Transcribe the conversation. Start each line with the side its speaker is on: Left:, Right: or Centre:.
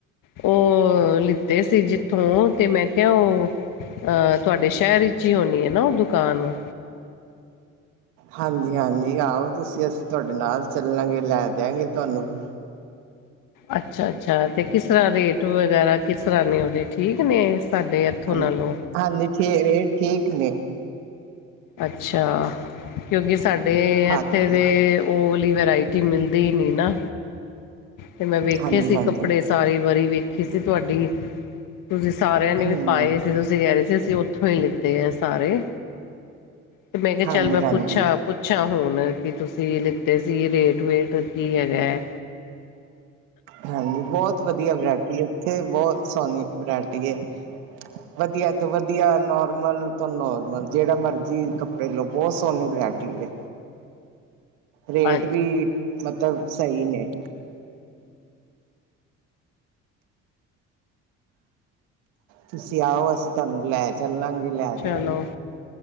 Left: ਉਹ ਲਿੱਤੇ ਸੀ ਜਿੱ ਥੋਂ ਤੇ ਮੈਂ ਕਿਹਾ ਉਹ ਤੁਹਾਡੇ ਸ਼ਹਿਰ ਵਿੱਚ ਹੀ ਹੋਣੀ ਐ ਨਾ ਉਹ ਦੁਕਾਨ
Right: ਹਾਂਜੀ ਹਾਂਜੀ ਆਓ ਤੁਸੀਂ ਅਸੀਂ ਤੁਹਾਡੇ ਨਾਲ ਚੱਲਾਂਗੇ ਲੈ ਦਿਆਂਗੇ ਤੁਹਾਨੂੰ ਵੀ
Left: ਅੱਛਾ, ਅੱਛਾ ਤੇ ਕਿਸ ਤਰ੍ਹਾਂ ਰੇਟ ਵਗੈਰਾ ਕਿਸ ਤਰ੍ਹਾਂ ਨੇ ਉਹਦੇ ਠੀਕ ਨੇ ਸਾਡੇ ਇਥੋਂ
Right: ਹਾਂਜੀ
Left: ਨਾਲੋਂ
Right: ਹਾਂਜੀ ਠੀਕ ਰੇਟ ਠੀਕ ਨੇ
Left: ਅੱਛਾ ਕਿਉਂਕਿ ਸਾਡੇ
Right: ਹਾਂਜੀ
Left: ਇੱਥੇ ਦੇ ਉਹ ਵਾਲੀ ਵੈਰਾਇਟੀ ਮਿਲਦੀ ਹੀ ਨੀ ਨਾ ਤੇ ਮੈਂ ਵੇਖੇ
Right: ਹਾਂਜੀ
Left: ਸੀ
Right: ਹਾਂਜੀ
Left: ਕੱਪੜੇ ਸਾਰੀ ਵਰੀ ਵੇਖੀ ਸੀ ਤੁਹਾਡੀ ਤੁਸੀਂ ਸਾਰਿਆਂ ਨੇ ਵੀ
Right: ਹਮ
Left: ਪਾਏ ਸੀ ਤੁਸੀਂ ਕਹਿ ਰਹੇ ਸੀ ਅਸੀਂ ਉੱਥੋਂ ਹੀ ਲਿੱਤੇ ਏ ਸਾਰੇ ਤੇ ਮੈਂ ਕਿਹਾ
Right: ਹਾਂਜੀ
Left: ਚੱਲ ਮੈਂ
Right: ਹਾਂਜੀ
Left: ਪੁੱਛਾਂ। ਪੁੱਛਾਂ ਹੁਣ ਕੀ ਤੁਸੀਂ ਲਿੱਤੇ ਸੀ ਰੇਟ ਵੇਟ ਕੀ ਹੈਗਾ ਏ,,,
Right: ਹਾਂਜੀ ਬਹੁਤ ਵਧੀਆ ਵਰਾਇਟੀ ਇੱਥੇ ਬਹੁਤ ਸੋਹਣੀ ਵਰਾਇਟੀ ਏ।
Left: ਹ
Right: ਵਧੀਆ ਤੋਂ ਵਧੀਆ ਨੋਰਮਲ ਤੋਂ ਨੋਰਮਲ ਜਿਹੜਾ ਮਰਜੀ ਕੱਪੜੇ ਲਓ ਬਹੁਤ ਸੋਹਣੀ ਵੈਰਾਇਟੀ ਏ ਰੇਟ
Left: ਅੱ
Right: ਵੀ ਮਤਲਬ ਸਹੀ ਨੇ। ਤੁਸੀਂ ਆਓ ਅਸੀਂ ਤੁਹਾਨੂੰ ਲੈ ਚੱਲਾਂਗੇ। ਲੈ
Left: ਚਲੋ
Right: ਦਿਆਂਗੇ